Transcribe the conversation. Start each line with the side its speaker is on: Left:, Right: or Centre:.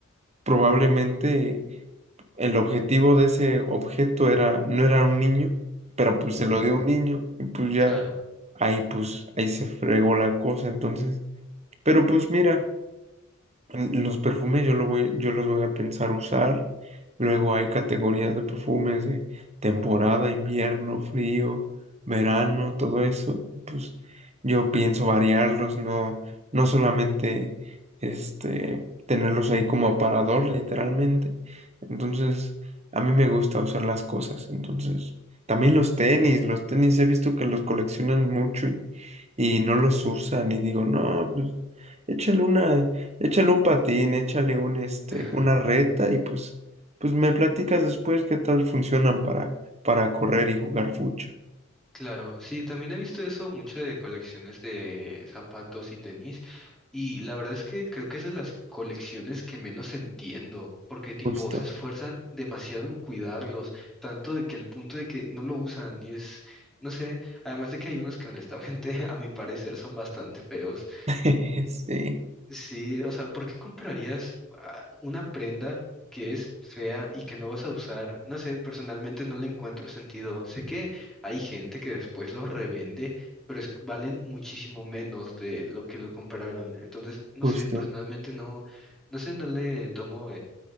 Right: probablemente el objetivo de ese objeto era, no era un niño, pero pues
Centre: ujú,
Right: se lo dio un niño y pues ya
Centre: claro.
Right: ahí pues ahí se fregó la cosa entonces. Pero pues mira, los perfumes yo, lo voy, yo los voy a pensar usar. Luego hay categorías de perfumes de temporada, invierno, frío, verano, todo eso. Pues yo pienso variarlos, no, no solamente este, tenerlos ahí como aparador, literalmente. Entonces, a mí me gusta usar las cosas. Entonces, también los tenis, los tenis he visto que los coleccionan mucho y, y no los usan y digo, no, pues échale una. Échale un patín, échale un, este,
Centre: <laughs>
Right: una reta y pues, pues me platicas después qué tal funcionan para, para correr y jugar fucho.
Centre: Claro, sí, también he visto eso mucho de colecciones de zapatos y tenis, y la verdad es que creo que es de las colecciones que menos entiendo, porque tipo
Right: Justo.
Centre: se esfuerzan demasiado en cuidarlos, tanto de que el punto de que no lo usan y es, no sé, además de que hay unos que honestamente <laughs> a mi parecer son bastante feos
Right: <laughs> Sí,
Centre: Sí, o sea, ¿por qué comprarías ah, una prenda que es fea y que no vas a usar? No sé, personalmente no le encuentro sentido. Sé que hay gente que después los revende, pero es- valen muchísimo menos de lo que lo compraron. Entonces, no
Right: justo.
Centre: sé, personalmente no, no sé, no le tomo